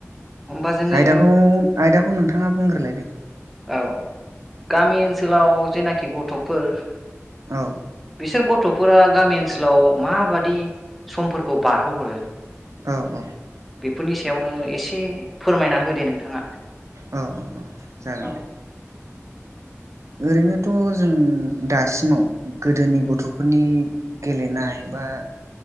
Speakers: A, in the centre; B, on the right.
A: होमबा जोङो
B: आयदाखौ -आयदाखौ नोंथाङा बुंग्रोलायदोंो
A: औ गामि ओनसोलाव जेनाखि गथ'फोर
B: औ
A: बिसोर गथ'फोरा गामि ओनसोलाव माबादि समफोरखौ बारहोहरो
B: औ -औ
A: बेफोरनि सायावनो एसे फोरमायना होदो नोंथाङा
B: औ -औ -औ जागोन
A: औ
B: दे ओरैनोथ' जों दासिमाव गोदोनि गथ'फोरनि गेलेनाय नायबा